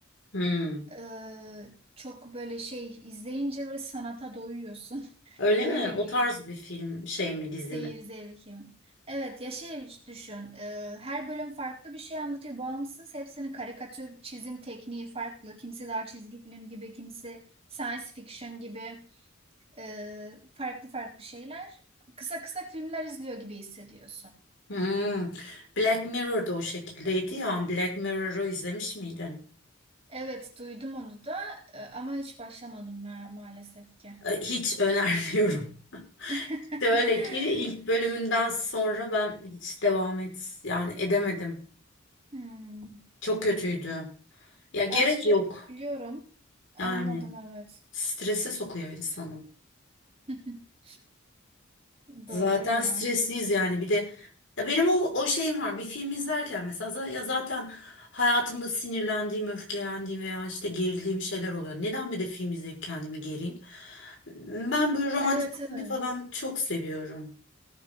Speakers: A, on the left (about 60°); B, on the right (about 30°).
A: Hmm.
B: Ee, çok böyle şey izleyince böyle sanata doyuyorsun.
A: Öyle
B: Öyle
A: mi? O
B: bir
A: tarz bir film şey mi dizi
B: seyir
A: mi?
B: zevkim. Evet ya şey düşün. e, her bölüm farklı bir şey anlatıyor. Bağımsız hepsinin karikatür çizim tekniği farklı. Kimisi daha çizgi film gibi, kimisi science fiction gibi e, farklı farklı şeyler. Kısa kısa filmler izliyor gibi hissediyorsun.
A: Hmm. Black Mirror'da o şekildeydi ya. Black Mirror'ı izlemiş miydin?
B: Evet duydum onu da e, ama hiç başlamadım ma- maalesef ki.
A: E, Hiç önermiyorum.
B: <laughs>
A: <laughs> Şöyle ki ilk bölümünden sonra ben hiç devam et yani edemedim.
B: Hmm.
A: Çok kötüydü. Ya gerek
B: Az çok
A: yok.
B: biliyorum.
A: Yani
B: Anladım evet.
A: strese sokuyor insanı.
B: <laughs>
A: Zaten
B: Doğru ya.
A: stresliyiz yani bir de ya benim o, o şeyim var. Bir film izlerken mesela za- ya zaten hayatımda sinirlendiğim, öfkelendiğim veya işte gerildiğim şeyler oluyor. Neden bir de film izleyip kendimi gereyim? Ben böyle romantik
B: Evet
A: komedi
B: evet.
A: falan çok seviyorum.